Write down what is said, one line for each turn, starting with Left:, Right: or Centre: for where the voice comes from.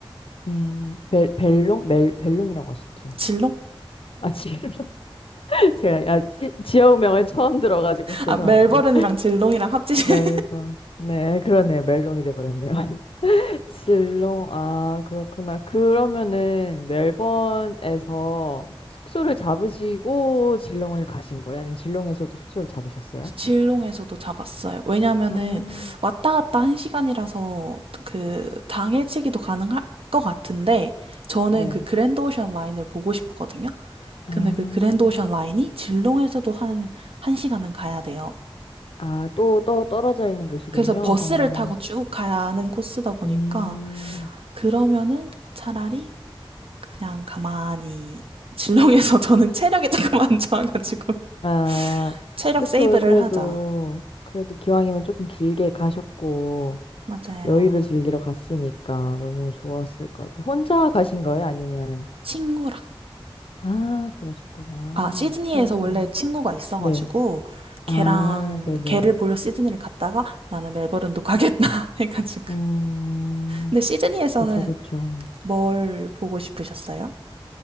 Left: 음, 벨, 벨롱? 멜, 벨롱이라고 하셨죠?
Right: 질롱?
Left: 아, 지벨롱. <laughs> 제가, 야, 지역명을 처음 들어가지고, <laughs> 죄송합니다.
Right: 아, 멜버른이랑 질롱이랑 합치신
Left: 멜번. 네, 그러네요. 멜롱이 돼버렸네요. 질롱, 아, 그렇구나. 그러면은 멜번에서 숙소를 잡으시고 질롱을 가신 거예요? 아니면 질롱에서도 숙소를 잡으셨어요?
Right: <laughs> 질롱에서도 잡았어요. 왜냐면은
Left: 아,
Right: 왔다 갔다 한 시간이라서 그 당일치기도 가능할 것 같은데 저는
Left: 네.
Right: 그 그랜드 오션 라인을 보고 싶었거든요.
Left: 아,
Right: 근데 그 그랜드 오션 라인이 질롱에서도 한, 한 시간은 가야 돼요.
Left: 아, 또, 또 떨어져 있는 곳이군요.
Right: 그래서 버스를
Left: 어,
Right: 타고 쭉 가야 하는 코스다 보니까
Left: 음,
Right: 그러면은 차라리 그냥 가만히 진롱에서 <laughs> 저는 체력이 조금 안 좋아가지고 <laughs>
Left: 아,
Right: 체력
Left: 그쵸.
Right: 세이브를
Left: 그래도,
Right: 하자.
Left: 그래도 기왕이면 조금 길게 가셨고,
Right: 맞아요.
Left: 여유를 즐기러 갔으니까 너무 좋았을 것 같아요. 혼자 가신 거예요? 아니면?
Right: 친구랑
Left: 아, 그러셨구나.
Right: 아 시드니에서
Left: 친구랑.
Right: 원래 친구가 있어가지고
Left: 네.
Right: 걔랑
Left: 아, 네네.
Right: 걔를 보러 시드니를 갔다가 나는 멜버른도 가겠다 <laughs> 해가지고
Left: 음,
Right: 근데 시드니에서는
Left: 그쵸, 그쵸.
Right: 뭘 보고 싶으셨어요?